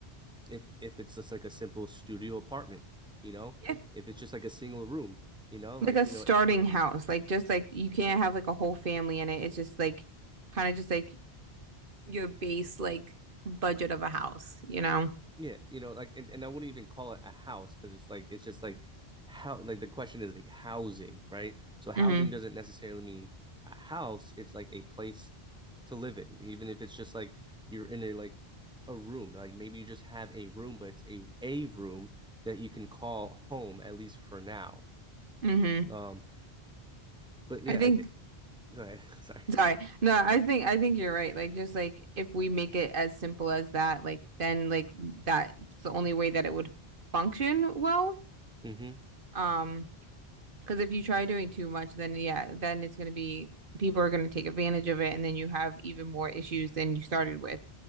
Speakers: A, in the centre; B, on the right.
A: if if it's just like a simple studio apartment, you know,
B: Yeah.
A: if it's just like a single room, you know,
B: Like
A: like
B: a starting
A: you know,
B: house. Like just like you can't have like a whole family in it. It's just like kind of just like your base like budget of a house, you know?
A: yeah, you know, like and, and I wouldn't even call it a house because it's like it's just like how like the question is like housing, right? So housing
B: hmm
A: doesn't necessarily mean a house, it's like a place to live in, even if it's just like you're in a like a room, like maybe you just have a room, but it's a a room that you can call home at least for now.
B: hmm
A: Um, but yeah,
B: I think,
A: I think go ahead. <laughs> Sorry.
B: sorry. No, I think I think you're right. Like just like if we make it as simple as that, like then like that's the only way that it would function well.
A: Mm-hmm.
B: Um, because if you try doing too much, then yeah, then it's gonna be people are gonna take advantage of it and then you have even more issues than you started with